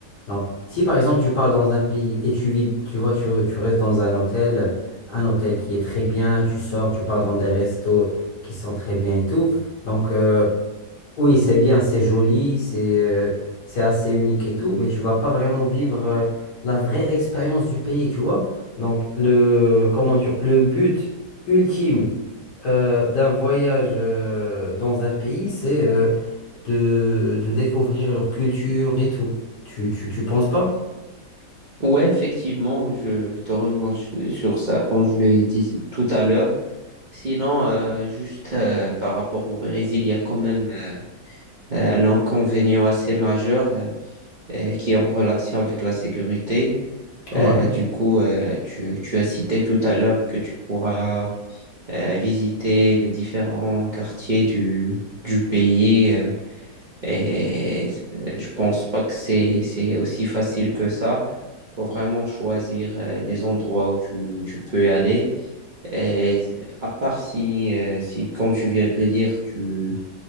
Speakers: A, on the left; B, on the right.
A: Donc, si par exemple tu pars dans un pays et tu vis, tu vois, tu, tu restes dans un hôtel, un hôtel qui est très bien, tu sors, tu pars dans des restos qui sont très bien et tout. Donc, euh, oui, c'est bien, c'est joli, c'est euh, c'est assez unique et tout, mais tu vas pas vraiment vivre euh, la vraie expérience du pays, tu vois. Donc, le, comment dire, le but ultime euh, d'un voyage euh, dans un pays, c'est euh, de, de découvrir leur culture et tout. Tu, tu, tu penses pas?
B: Ouais, effectivement, je, je te rejoins su- sur ça, comme je l'ai dit tout à l'heure. Sinon, euh, juste euh, par rapport au Brésil, il y a quand même euh, euh, un inconvénient assez majeur euh, euh, qui est en relation avec la sécurité.
A: Ouais,
B: Euh, du coup, euh, tu, tu as cité tout à l'heure que tu pourras euh, visiter les différents quartiers du, du pays. euh, Et euh, je pense pas que c'est c'est aussi facile que ça. Faut vraiment choisir euh, les endroits où tu, tu peux aller. Et à part si, euh, si, comme tu viens de le dire, tu,